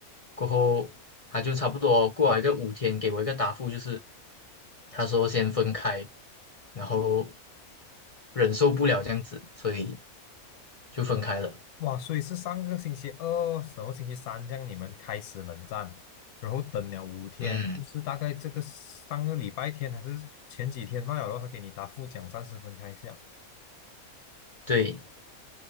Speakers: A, on the left; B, on the left.
A: 过后他就差不多过了一个五天，给我一个答复，就是他说先分开，然后忍受不了这样子，所以就分开了。
B: 哇，所以是上个星期二，什么星期三这样你们开始冷战，然后等了五天，
A: 嗯，
B: 就是大概这个上个礼拜天还是前几天罢了，然后他给你答复讲暂时分开一下。
A: 对，